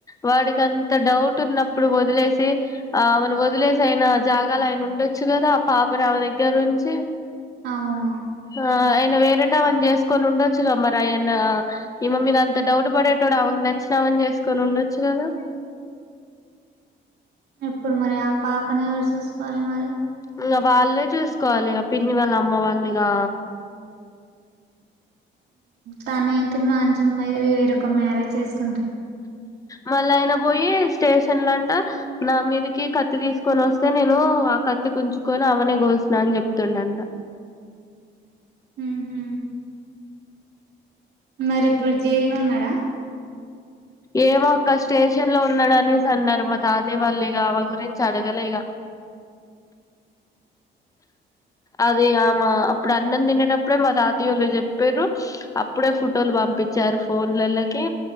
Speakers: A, on the left; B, on the right.
A: వాడికి అంత డౌట్ ఉన్నప్పుడు పోతే వదిలేసి ఆ అమెను వదిలేసి అయిన జాగా ఆయన ఉండొచ్చు కదా ఆ పాపరామ దగ్గరంచి
B: అవును
A: ఆ ఆయన వేరేట అని చేసుకొని ఉండొచ్చుగామ్ మరి ఆయన ఇమ మీద అంత డౌట్ పడేట ప్పుడు అవకి నచ్చినామని చేసుకొని ఉండొచ్చు కదా
B: ఇప్పుడు మరి ఆ పాపను ఎవరు చూసుకోవాలి మరి
A: ఇంకా వాళ్ళే చూసుకోవాలి ఇక పిన్ని వాళ్ళ అమ్మ వాళ్ళనిగా
B: తనయితే మంచిం వేరొక మ్యారేజ్ చేసుకు
A: మళ అనా పోోయిస్ స్టేషన్ ంట నా మీదికి కత్తి తీసుకొని వస్తే నేను ఆ కత్తి కుంచుకొని అవనే గ ని చెప్తుండడి
B: ఉహు. మరి ఇప్పుడు జైలు ఉన్నాడా
A: ఏమో ఒక్క స్టేషన్ లో ఉన్నాడు అనేసి అన్నారు మా తాత వాళ్ళు ఇక ఆమె గురించి అడగల ఇక అదే అమా అప్పుడు అన్నం తిినేటప్పుడే మా తాతీయోళ్ళు చెప్పారు అప్పుడే ఫుటోలు బాబ పచారు ఫోన్లలకి